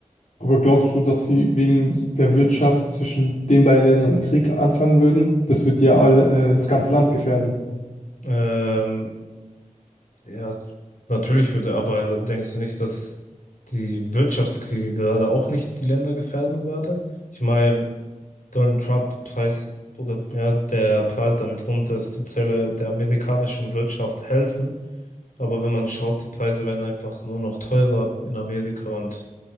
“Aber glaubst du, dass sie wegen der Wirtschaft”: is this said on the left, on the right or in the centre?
Left